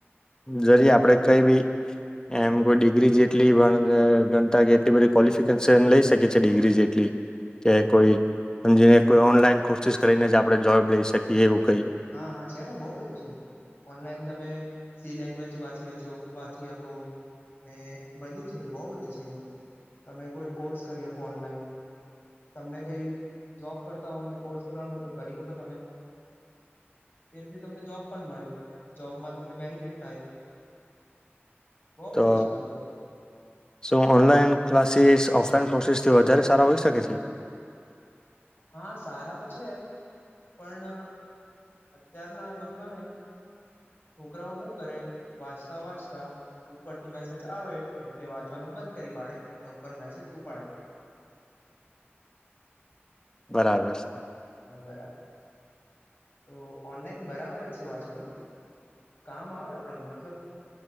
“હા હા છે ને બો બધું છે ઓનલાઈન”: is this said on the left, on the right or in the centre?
Left